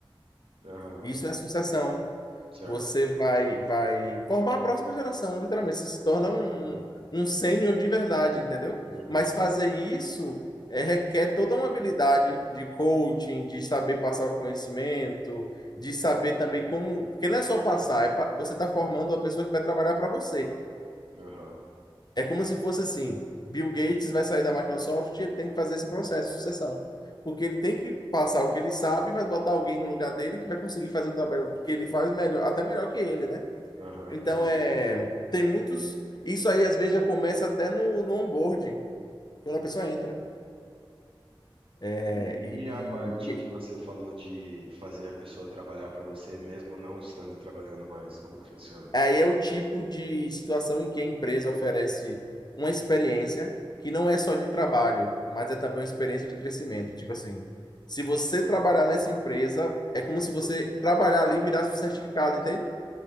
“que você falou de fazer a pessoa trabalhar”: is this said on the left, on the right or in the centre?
Right